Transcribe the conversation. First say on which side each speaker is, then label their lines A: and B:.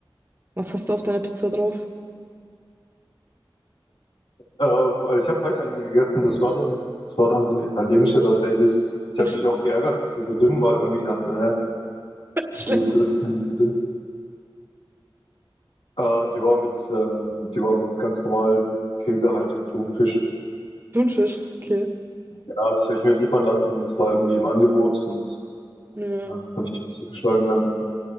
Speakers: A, on the right; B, on the left.
A: Was hast du auf deiner Pizza drauf?
B: Ähm, also ich habe heute eine gegessen, das war dann, das war dann so eine italienische tatsächlich. Ich
A: Ach,
B: habe mich auch geärgert, dass die so dünn war irgendwie. Ich dachte, so, hä,
A: <laughs> Schlecht.
B: wieso wieso ist denn die so dünn? Äh, und die war mit, ähm, die war mit ganz normal Käse halt und Thunfisch.
A: Thunfisch, okay.
B: Ja, habe ich, hab ich mir liefern lassen. Das war irgendwie im Angebot und
A: Ja.
B: ja, habe ich mir zugeschlagen dann.